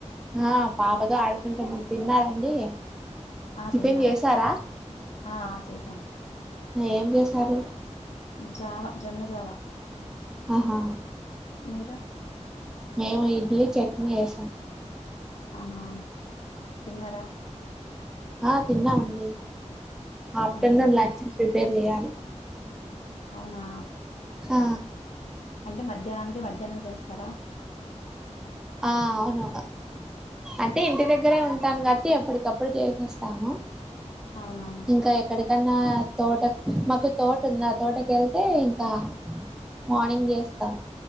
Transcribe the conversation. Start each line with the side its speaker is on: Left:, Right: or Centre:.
Centre: ఆ పాపతో ఆడుకుంటాన్నం, తిన్నారండి?
Left: ఆ
Centre: టిఫిన్
Left: తిన్నాము.
Centre: చేసారా
Left: ఆ ఆ చేసాం.
Centre: ఏం చేసారు?
Left: జావ జొన్న జావా.
Centre: ఆహా
Left: మీరు?
Centre: మేము ఇడ్లీ చట్నీ చేసాం.
Left: ఆహా తిన్నారా
Centre: ఆ తిన్నామండి,
Left: మ్మ్
Centre: ఆఫ్టర్నూన్ లం చ్ ప్రిపేర్ చెయ్యాలి.
Left: అవునా
Centre: ఆ
Left: అంటే మధ్యాహ్నానికి మధ్యాహ్నమే చేస్తరా?
Centre: ఆ అవును. అంటే ఇంటి దగ్గరే ఉంటాను కాట్టి ఎప్పటికప్పుడు చేసేస్తాము.
Left: అవునా
Centre: ఇంకా ఎక్కడికన్నా తోటకు మాకు తోట ఉంది ఆ తోటకెళ్తే ఇంకా మార్నింగ్ చేస్తాను